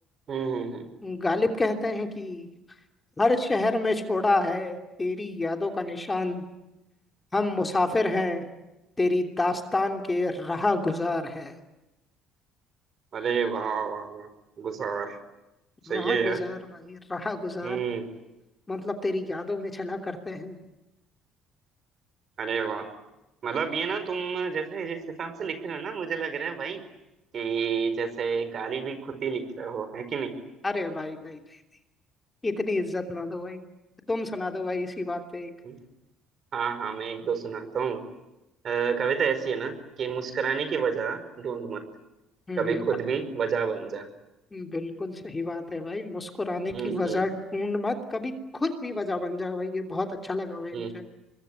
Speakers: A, on the right; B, on the left.
A: हम्म हम्म हम्म।
B: गालिब कहते हैं कि हर शहर में छोड़ा है तेरी यादों का निशान हम मुसाफिर हैं तेरी दास्तान के राह गुजार है
A: अरे वाह वाह वाह गुजार सही
B: राह
A: है यार
B: गुजार भाई राह गुजार
A: हम्म
B: मतलब तेरी यादों में चला करते हैं
A: अरे वाह मतलब ये ना तुम जैसे जिस हिसाब से लिख रहे हो ना मुझे लग रहा है भाई कि जैसे गाली भी खुद ही लिख रहे हो है कि नहीं
B: अरे भाई नहीं नहीं, इतनी इज्जत ना दो भाई तुम सुना दो भाई इसी बात पे एक
A: हम्म। हाँ हाँ मैं एक दो सुनाता हूँ अ, कविता ऐसी है ना कि मुस्कुराने की वजह ढूंढ मत
B: हम्म
A: कभी खुद भी वजह बन जा
B: हम्म, बिल्कुल सही बात है भाई मुस्कुराने
A: हम्म
B: की
A: हम्म
B: वजह ढूंढ मत कभी खुद भी वजह बन जाओ भाई ये बहुत अच्छा लगा भाई
A: हम्म।
B: मुझे